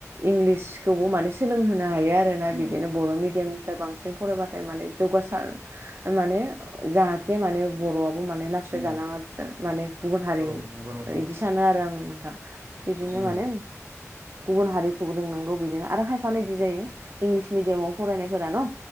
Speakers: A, on the right (about 45°); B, on the right (about 65°).
A: इंलिसखौबो माने सोलोंहोनो हायो आरो
B: उम
A: बिदिनो बर' मिडियामनिफ्राय बांसिन फरायबा माने जौगासार माने जाहाथे माने बर' माने नासयजानाङा
B: उम
A: माने गुबुन हारि
B: औ नंगौ नोंथां
A: बिदि सानो आरो आं नोंथां बिदिनो
B: उम
A: माने गुबुन हारिखौ रोंनांगौ बिदिनो आरो खायफानोदि जायो इंलिस मिडियामाव फरायनायफोरा न'